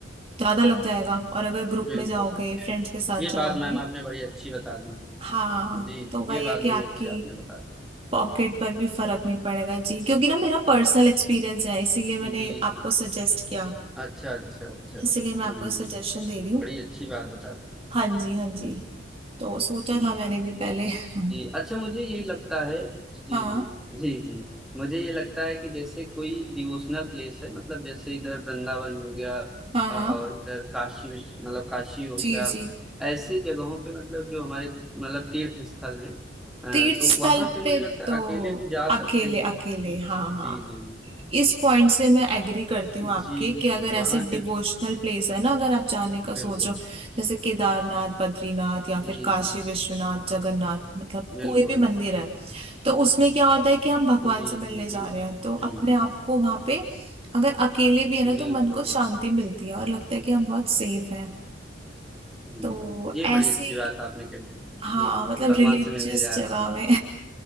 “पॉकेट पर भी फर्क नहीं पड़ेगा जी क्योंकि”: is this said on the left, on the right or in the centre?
Right